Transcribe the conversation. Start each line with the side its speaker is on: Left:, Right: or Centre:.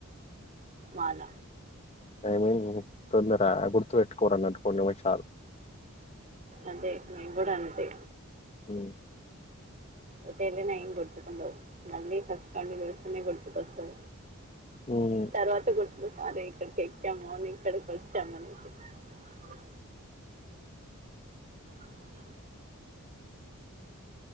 Right: మాల
Left: ఐ మీన్ తొందర గుర్తు పెట్టుకోరున్నంటు కొన్ని నిమిషాలు
Right: అదే మేము కూడా అంతే
Left: అవునా
Right: ఎట్టు వెళ్ళిన ఏం కొట్టుకున్నాలు మళ్ళి ఫస్ట్ క నుంచే కొట్టుపోస్త
Left: మ్మ్
Right: తర్వాత కొట్టు ఒకసారి ఇక్కడికి ఎక్కాము అని ఇక్కడికి వచ్చాము అనేసి <unintelligible> అ